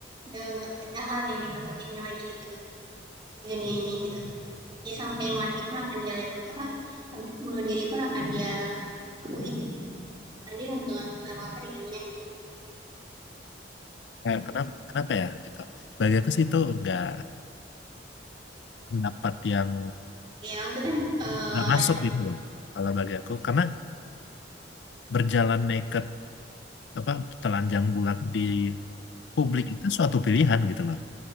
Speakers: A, on the right; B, on the left.
A: udah nggak ada hal yang ditakutin lagi gitu loh di dunia ini gitu dia sampai mati pun akan dia lakukan apa sampai bunuh diri pun akan dia lakuin gitu Andin udah gak takut apa-apa di dunia gitu.
B: Kayak kenapa kenapa ya gitu. Bagi aku sih itu nggak pendapat yang
A: Ya, emang itu kan eh
B: nggak masuk gitu loh. Kalau bagi aku karena berjalan naked apa telanjang bulat di publik itu suatu pilihan gitu loh.